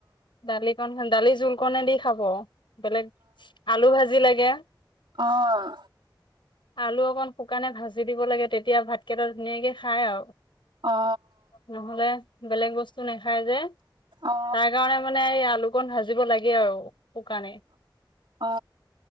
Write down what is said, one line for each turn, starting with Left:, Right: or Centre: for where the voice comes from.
Left: দালিকণ দালি জোলকণে দি খাব বলেগ আলু ভাজি লাগে
Right: আহ
Left: আলু অকণ শুকানে ভাজি দিব লাগে তেতিয়া ভাতকেইটা ধুনীয়াকে খাই আৰু
Right: অ
Left: নহ'লে বেলেগ বস্তু নাই খাই যে
Right: অ
Left: তাৰ কাৰণে মানে আলু কোন হাজছে জিব লাগে আৰু শুকানে
Right: অ